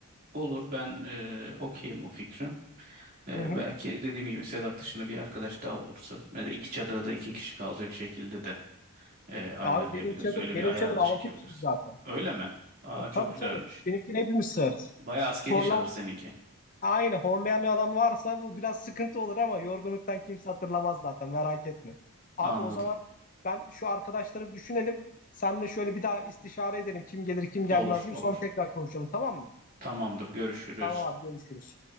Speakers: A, on the right; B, on the left.
A: Olur ben e, okeyim o fikre. Ee,
B: Hı hı.
A: belki dediğim gibi Sedat dışında bir arkadaş daha olursa mesela iki çadırda iki kişi kalacak şekilde de e, ayarlayabiliriz.
B: Abi benim çadır
A: Öyle
B: benim
A: bir ayar
B: çadır
A: da
B: 6
A: çekebiliriz.
B: kişi zaten.
A: Öyle mi? Aa çok
B: Tabii
A: güzelmiş.
B: tabii. Benimkini hepimiz sığarız.
A: Bayağı askeri
B: Horlama
A: çadır seninki.
B: aynı horlayan adam varsa bu biraz sıkıntı olur ama yorgunluktan kimse hatırlamaz zaten merak etme. Abi
A: Anladım.
B: o zaman ben şu arkadaşları bir düşünelim. Senle şöyle bir daha istişare edelim. Kim gelir kim gelmez
A: Olur
B: gibi
A: olur.
B: sonra tekrar konuşalım tamam mı?
A: Tamamdır görüşürüz.
B: Tamam abi görüşürüz.